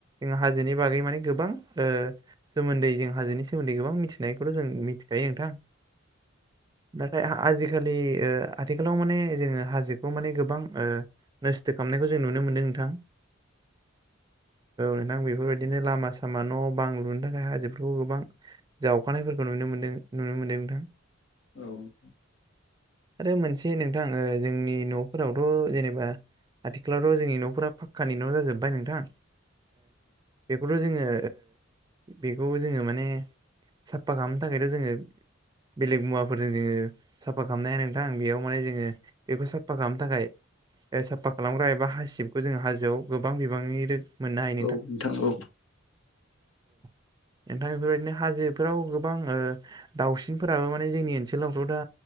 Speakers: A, on the right; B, on the left.
A: जों हाजोनि बागै माने गोबां। सोमोन्दै जों हाजोनि सोमोन्दै गोबां मिथिनायखौथ' जों मिथिखायो नोंथां नाथाय आजिखालि आथिखालाव माने जोङो हाजोखौ माने गोबां नस्थ' खालामनायखौ जों नुनो मोनदों नोंथां। औ नोंथां बेफोरबायदि बिदिनो लामा सामा न' बां लुनो थाखाय हाजोफोरखौ गोबां जावखानायफोरखौ नुनो मोनदों नुनो मोन्दों नोंथां।
B: औ
A: आरो मोनसे नोंथां जोंनि न'फोरावथ' जेनेबा आथिखालावथ' जोंनि न'फोरा फ कानि न' जाजोब्बाय नोंथां बेखौथ' जोङो बेखौ जोङो माने साफा खालामनो थाखायथ' जोङो बेलेग मुवाफोरजों जोङो साफा खालामनोनाय हाया नोंथां बेयाव माने जोङो बेखौ साफा खालामनो थाखाय साफा खालामग्रा एबा हासिबखौ जोङो हाजोआव गोबां बिबांनि मोननो हायो
B: औ नोंथां औ
A: ओमफ्राय बेफोरबायदिनो हाजोफोराव गोबां दाउसिनफोराबो माने जोंनि ओनसोलावथ' दा